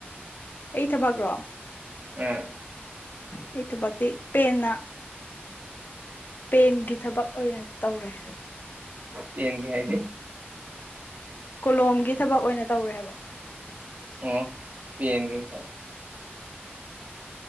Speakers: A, on the left; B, on the right.
A: ꯑꯩ ꯊꯕꯛꯔꯣ
B: ꯑꯥ
A: ꯑꯩ ꯊꯕꯛꯇꯤ ꯄꯦꯟꯅ ꯄꯦꯟꯒꯤ ꯊꯕꯛ ꯑꯣꯏꯅ ꯇꯧꯔꯦ
B: ꯄꯦꯟꯒꯤ ꯍꯥꯏ
A: ꯀꯣꯂꯣꯝꯒꯤ ꯊꯕꯛ ꯑꯣꯏꯅ ꯇꯧꯔꯦ ꯍꯥꯏꯕ
B: ꯑꯣ ꯄꯦꯟꯒꯤ ꯐꯩ